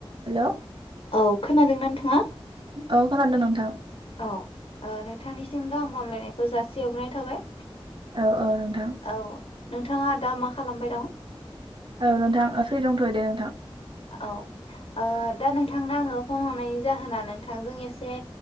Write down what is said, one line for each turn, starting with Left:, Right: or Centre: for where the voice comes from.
Right: हेल'।
Left: औ खोनादोंना नोंथाङा?
Right: औ खोनादों नोंथां।
Left: औ ओ नोंथांनिसिम गाहाम हामलायनायखौ जासिहरग्रोनाय थाबाय।
Right: औ औ नोंथां
Left: औ। नोंथाङा दा मा खालामबाय दं?
Right: औ नोंथां ओ फ्रि दंथ'यो दे नोंथां।
Left: औ ओ दा नोंथांनो आङो फन हरनायनि जाहोना नोंथांजों एसे